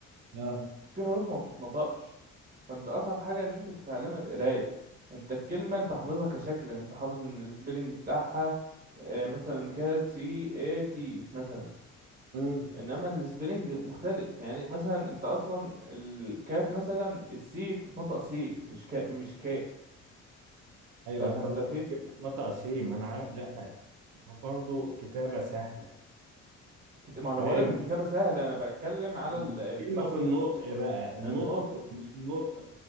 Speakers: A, on the right; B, on the right.
A: لا
B: في حروف ما بتتنطقش فانت اصعب حاجه ان انت تتعلمها القرايه انت الكلمه انت حافظها كشكل يعني انت حافظ ان السبيلنج بتاعها آه، مثلا كات سي اي تي مثلا
A: امم
B: انما السبيلنج مختلف يعني مثلا انت اصلا الكات مثلا السي بتتنطق سي مش كا مش كاء
A: ايوه
B: لا فانت
A: انت قصدك
B: في
A: كيف تتنطع سيم انا عارف لا برضه الكتابة سهلة
B: كت... ما انا
A: فاهم
B: بقولك الكتابة سهلة انا بتكلم على
A: الكلمة
B: ال- النطق
A: في النطق بقى النطق
B: النطق
A: ومش النطق